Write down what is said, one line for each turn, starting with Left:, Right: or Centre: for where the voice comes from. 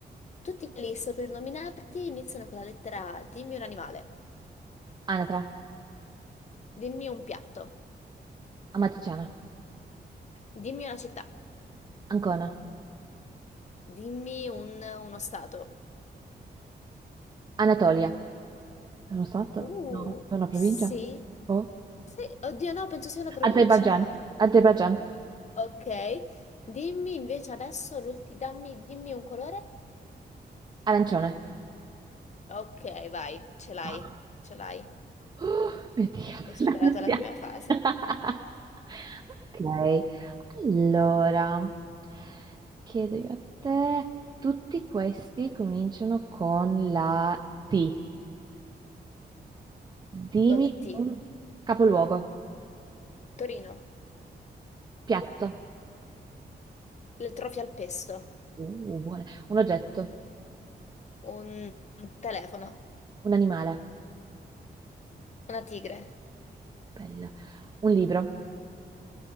Left: tutti quelli che sto per nominarti iniziano con la lettera A. Dimmi un animale,
Right: Anatra,
Left: dimmi un piatto,
Right: Amatriciana,
Left: dimmi una città,
Right: Ancona,
Left: dimmi un- uno stato.
Right: Anatolia. È uno stato?
Left: Uh,
Right: No, è una provincia?
Left: sì.
Right: Boh.
Left: Sì, oddio no, penso sia una provincia.
Right: Azerbaijan, Azerbaijan,
Left: Ok, dimmi invece adesso l'ultimo, dammi, dimmi un colore.
Right: arancione.
Left: Ok, vai, ce l'hai,
Right: Ah.
Left: ce l'hai.
Right: Oh, mio Dio,
Left: Hai
Right: <laughs>
Left: superato
Right: l'ansia.
Left: la prima fase.
Right: <laughs> Ok, allora chiedo io a te, tutti questi cominciano con la T. Dimmi
Left: Con la T.
Right: un capoluogo,
Left: Torino.
Right: piatto,
Left: le trofi al pesto,
Right: uh, buone. Un oggetto,
Left: un un telefono,
Right: un animale,
Left: una tigre,
Right: bella. Un libro,